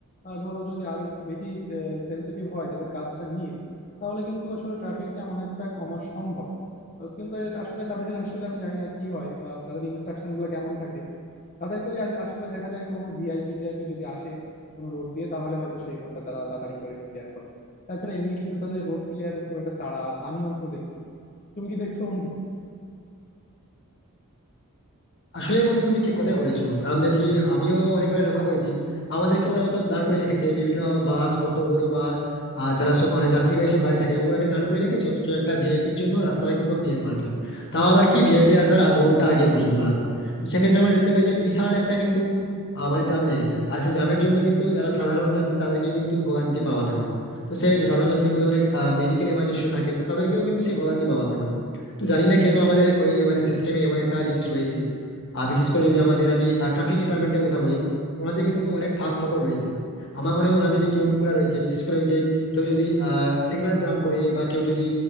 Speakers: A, on the left; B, on the left.
A: আহ, ধরো যদি আরো একটু বেশি সেন্সিটিভ হয় তাদের কাজটা নিয়ে তাহলে কিন্তু আসলে ট্রাফিক জ্যাম অনেকটা কমা সম্ভব আহ, কিন্তু এটা আসলে তাদের <laughs> আসলে আমি জানি না কি হয় বা তাদের ইনস্ট্রাকশন গুলো কেমন থাকে তাদেরকে ওই আস- আসলে দেখা যায় কোনো ভিআইপি টিআইপি যদি আসে কোনো রোড দিয়ে তাহলে হয়তো সেই রোডটা তারা তাড়াতাড়ি করে ক্লিয়ার করে তাছাড়া এমনি কিন্তু তাদের রোড ক্লিয়ারের খুব একটা তাড়া আমি অন্তত দেখি না তুমি কি দেখছো বন্ধু
B: আসলে বন্ধু তুমি ঠিক কথাই বলেছো কারণ দেখি আমিও অনেকবার লক্ষ্য করেছি আমাদেরকে ওরা হয়তো দান করে রেখেছে বিভিন্ন বাস অটো বলো বা আহ, যারা সব মানে যাত্রীবাহী সব গাড়ি থাকে ওগুলাকে দান করে রেখেছে অথচ একটা ভিআইপির জন্য রাস্তাটাকে পুরো ক্লিয়ার করাতে হয় তাও আবার কি ভিআইপি আসার আধ ঘন্টা আগে পর্যন্ত রাস্তা তো সেক্ষেত্রে আমরা দেখতে পাই যে বিশাল একটা কিন্তু আহ, মানে জাম লেগে যায় আর সেই জামের জন্য কিন্তু যারা সাধারণ যাত্রী তাদেরকে কিন্তু ভোগান্তি পাওয়াতে হয় তো সেই যে সাধারণ যাত্রীর মধ্যে অনেক মেডিকেল এমার্জেন্সি থাকে তো তাদেরকেও কিন্তু সেই ভোগান্তি পাওয়াতে হয় তো জানি না কেন আমাদের ওই মানে সিস্টেমে এমন একটা জিনিস রয়েছে আর বিশেষ করে যদি আমাদের আমি ট্রাফিক ডিপার্টমেন্টের কথা বলি ওনাদের কিন্তু অনেক ফাঁক ফকর রয়েছে আমার মনে হয় ওনাদের যে নিয়মগুলো রয়েছে বিশেষ করে ওই যে কেউ যদি আহ সিগন্যাল জাম্প করে বা কেউ যদি